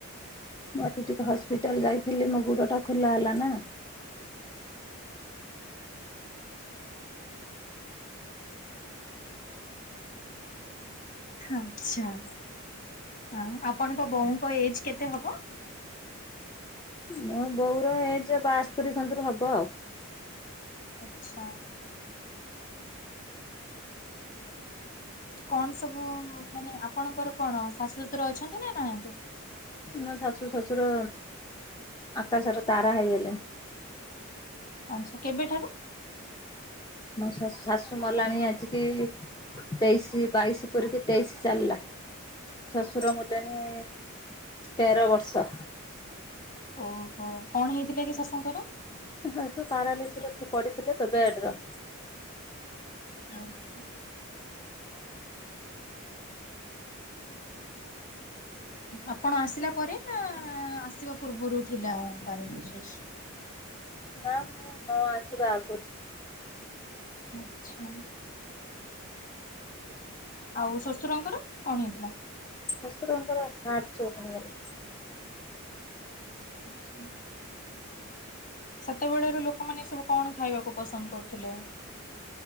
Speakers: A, on the left (about 20°); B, on the left (about 35°).
A: ମୁଁ ଆଜି ଟିକେ ହସ୍ପିଟାଲ୍ ଯାଇଥିଲି ମ ଗୋଡ଼ଟା ଖୋଲା ହେଲା ନା।
B: ଆଛା -ଆଉ ଆପଣଙ୍କ ବୋଉଙ୍କ ଏଜ୍ କେତେ ହବ?
A: ମୋ ବଉର ଏଜ୍ ବାସ୍ତରି କନ୍ତର ହବ ଆଉ।
B: ଆଚ୍ଛା। କଣ ସବୁ ମାନେ ଆପଣଙ୍କର କଣ ଶାଶୁ ଶଶୁର ଅଛନ୍ତି ନା ନାହାନ୍ତି?
A: ମ ଶାଶୁ ଶଶୁର ଆକାଶର ତାରା ହେଇଗଲେଣି।
B: ଆଛା କେବେଠାରୁ?
A: ମ ଶାସ୍- ଶାଶୁ ମଲାଣୀ ଆଜି କି ତେଇଶି- ବାଇଶି ପୁରିକି ତେଇଶି ଚାଲିଲା। ଶଶୁର ମଲେଣି ତେର ବର୍ଷ।
B: ଓହୋ କଣ ହେଇଥିଲା କି ଶାଶୁଙ୍କର?
A: ଶାଶୁ ପାରାଲିସ୍ ର ପଡିଥିଲେ ତ ବେଡ୍ ର।
B: <inaudible> ଆପଣ ଆସିଲା ପରେ ନା ଆଁ- ଆସିବା ପୂର୍ବରୁ ଥିଲା ପାରାଲିଶିଶ୍?
A: ନା ମୁଁ ନ ଆସିବା ଆଗୁରୁ।
B: ଆଛା। ଆଉ ଶଶୁରଙ୍କର କଣ୍ ହେଇଥିଲା?
A: ଶଶୁରଙ୍କର ହାର୍ଟ ଚୋକ୍ ହେଇଗଲା।
B: ଆଛା। ସେତେବେଳେର ଲୋକମାନେ ସବୁ କଣ ଖାଇବାକୁ ପସନ୍ଦ୍ କରୁଥିଲେ?